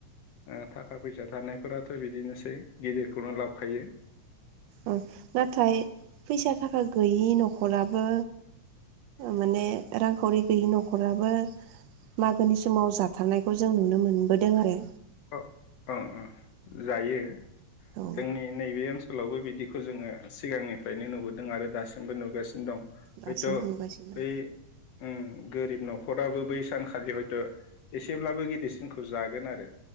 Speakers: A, on the left; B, on the right.
A: ओ थाखा फैसा थानाय फोराथ' बिदिनोसै गिदिरखौनो लाबखायो।
B: ओ नाथाय फैसा थाखा गैयि न'खराबो माने रांखावरि गैयि न'खराबो मागोनि समाव जाथारनायखौ जों नुनो मोनबोदों आरो।
A: ओ ओ ओ जायो।
B: औ
A: जोंनि नैबे ओनस लावबो बिदिखौ जोङो सिगांनिफ्रायनो नुबोदों आरो दासिमबो नुगासिनो दं।
B: दासिमबो
A: हयथ'
B: नुगासिनो दं।
A: बै उम गोरिब न'खराबो बै सानखालि हयत' एसेब्लाबो गिदिरसिनखौ जागोन आरो।